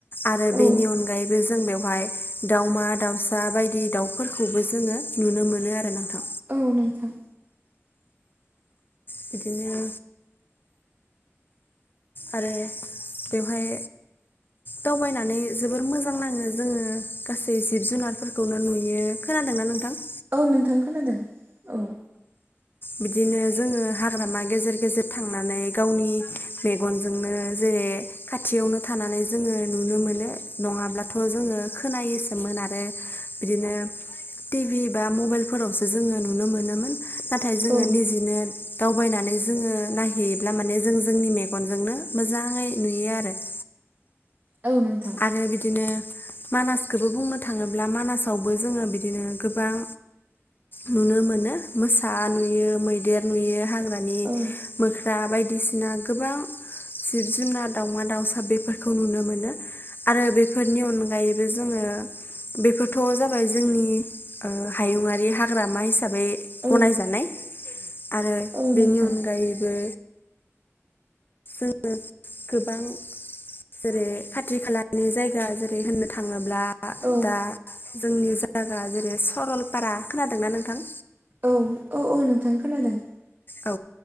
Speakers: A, on the left; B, on the right.
A: आरो
B: औ
A: बेनि अनगायै बे जों बेवहाय दावमा दावसा बायदि दाउफोरखौबो जोङो नुनो मोनो आरो नोंथां।
B: औ नोंथां
A: बिदिनो आरो बेवहाय दावबायनानै जोबोर मोजां नाङो जोङो गासै जिब जुनारफोरखौनो नुयो खोना खोनादों ना नोंथां।
B: औ नोंथां खोनादों औ।
A: बिदिनो जोङो हाग्रामा गेजेर गेजेर थांनानै गावनि मेगनजोंनो जे जेरै खाथियावनो थानानै जोङो नुनो मोनो नङाब्लाथ' जोङो खोनायोसोमोन आरो। बे बिदिनो टिभि बा मबाइलफोरावसो जोङो नुनो मोनो। नाथाय जोङो
B: औ
A: निजिनो दावबायनानै जोङो नायहैयोब्ला माने जों जोंनि मेगनजोंनो मोजाङै नुयो आरो। <unintelligible>
B: औ नोंथां
A: आरो बिदिनो मानासखोबो बुंनो थाङोब्ला मानासावबो जोङो बिदिनो गोबां नुनो मोनो मोसा नुयो मैदेर नुयो हालु मानि
B: औ
A: मोख्रा बायदिसि ना गोबां जिब जुनार दावमा दाउसा बेफोरखौ नुनो मोनो। आरो बेफोरनि अनगायैबो जोङो बेफोरथ' जाबाय जोंनि ओ हायुङारि हाग्रामा हिसा साबै
B: औ
A: गनायजानाय आरो
B: औ
A: बेनि
B: नोंथां
A: अनगायैबो जोङो गोबां जेरै खाथि खालानि जायगा जेरै होननो थाङो ब्ला
B: औ
A: दा जोंनि जागा जेरै सरलपारा खोनादोंना नोंथां?
B: औ औ औ नोंथां खोनादों।
A: औ